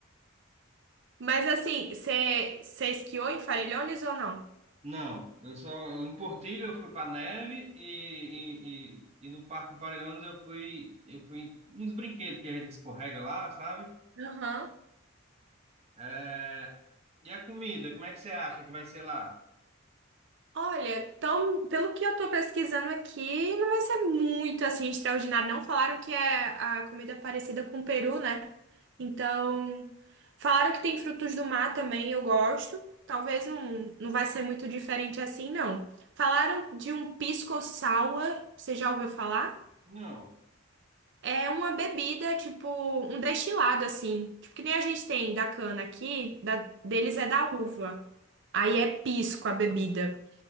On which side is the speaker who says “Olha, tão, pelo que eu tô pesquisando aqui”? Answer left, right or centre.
Right